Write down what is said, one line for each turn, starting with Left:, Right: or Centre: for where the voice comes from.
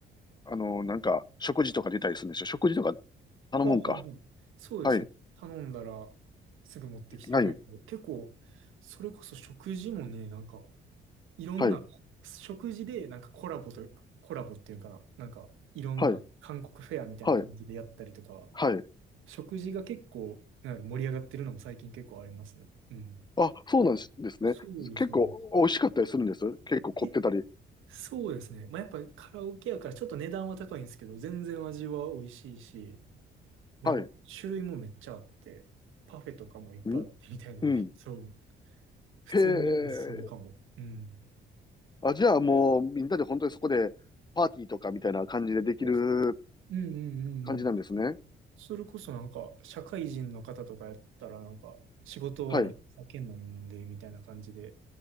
Left: あの、なんか、食事とか出たりするんでしょ食事とか頼むんか。
Right: あ、はいはい。そうですね。
Left: はい。
Right: 頼んだらすぐ持ってきてくれたり。
Left: ライン。
Right: 結構、それこそ食事もね、なんか、いろんな、
Left: はい。
Right: 食事でなんかコラボというか、コラボっていうのかな。なんか、いろんな韓国フェアみたいな感じでやったりとか、
Left: はい。はい。はい。
Right: 食事が結構、なんか盛り上がってるのも最近結構ありますね。うん。
Left: あ、そうなんですね。
Right: そうです、
Left: 結構美味しかったりするんです。
Right: そうです。
Left: 結構凝ってたり。
Right: え、そうですね。まあ、やっぱカラオケやからちょっと値段は高いんですけど、全然味は美味しいし、なる種類もめっちゃあって、
Left: はい。
Right: パフェとかもいっぱいあってみたいなんで、
Left: んうん。
Right: <laughs> そう。普通におすすめかも。
Left: へえ。
Right: うん。
Left: あ、じゃあもうみんなで本当にそこでパーティーとかみたいな感じでできる
Right: そうっすうんうんうんうん。
Left: 感じなんですね。
Right: それこそなんか、社会人の方とかやったらなんか、仕事終わりにお酒飲んでみたいな感じで、
Left: はい。